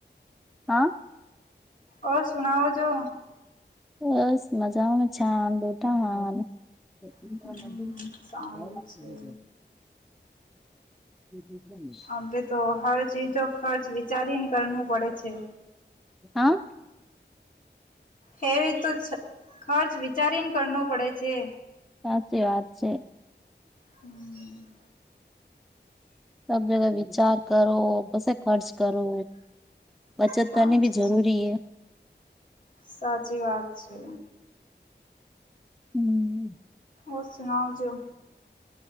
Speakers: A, in the centre; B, on the left (about 45°).
A: આ
B: ઓ સુનાઓ જો
A: બસ, મજામાં છા દોટાવાન <inaudible>
B: હમ સારું છે.
A: <inaudible>
B: હવે તો હર ચીજો ખર્ચ વિચારીને કરવું પડે છે.
A: આ
B: હેવી તો ખર્ચ વિચારીને કરનો પડે છે.
A: સાચી વાત છે.
B: હમ
A: ત પેલા વિચાર કરો પસે ખર્ચ કરો. બચત
B: સાચી
A: કરનીભી જરૂરી હે
B: સાચી વાત છે.
A: હમ
B: ઓ સુનાવજો